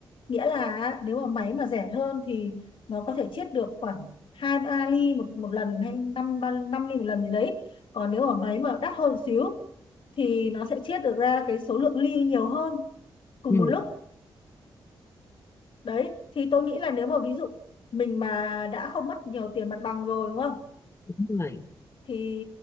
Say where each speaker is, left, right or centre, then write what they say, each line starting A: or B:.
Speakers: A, on the left; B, on the left.
A: nghĩa là nếu mà máy mà rẻ hơn thì nó có thể chiết được khoảng hai ba ly một một lần hay năm ba năm ly một lần gì đấy còn nếu mà máy mà đắt hơn một xíu thì nó sẽ chiết được ra cái số lượng ly nhiều hơn cùng
B: ừ
A: một lúc đấy thì tôi nghĩ là nếu mà ví dụ mình mà đã không mất nhiều tiền mặt bằng rồi đúng không
B: đúng rồi
A: thì